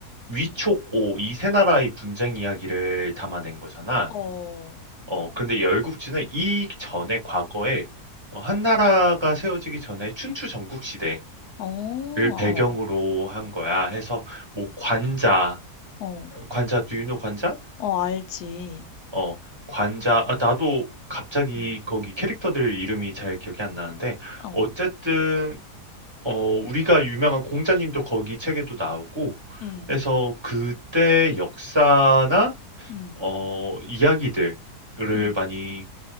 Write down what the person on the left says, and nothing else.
응.
어,
어, 어,
어,
어, 알지.
응,
어,
응,
응,
응,